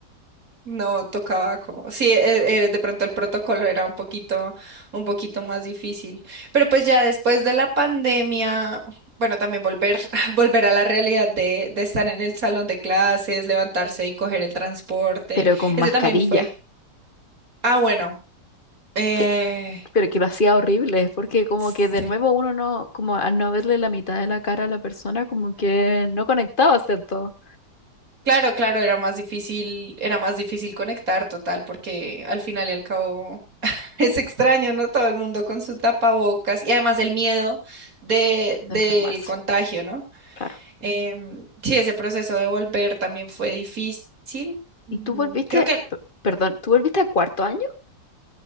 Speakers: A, on the right; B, on the left.
A: no tocaba como, sí, eh, eh, de pronto el protocolo era un poquito, un poquito más difícil. Pero pues ya después de la pandemia, bueno, también volver, <laughs> volver a la realidad de, de estar en el salón de clases, levantarse y coger el transporte,
B: Pero con
A: ese
B: mascarilla.
A: también fue. Ah, bueno. Eh,
B: que, pero que lo hacía horrible, porque como
A: sí.
B: que de nuevo uno no, como al no verle la mitad de la cara a la persona, como que no conectaba, ¿cierto?
A: Claro, claro, era más difícil, era más difícil conectar, total, porque al final y al cabo <laughs> es extraño, ¿no? Todo el mundo con su tapabocas y además el miedo de, del
B: De enfermarse,
A: contagio, ¿no?
B: claro.
A: Em, sí, ese proceso de volver también fue difícil. Mm,
B: ¿Y tú volviste,
A: Creo que
B: p- perdón, tú volviste a cuarto año?